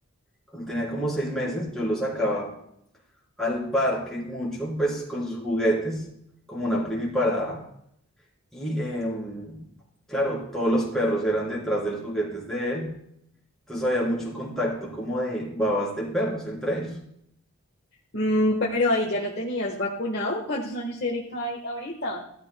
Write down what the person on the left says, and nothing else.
Mm, pero ahí ya lo tenías vacunado. ¿Cuántos años tiene Kai ahorita?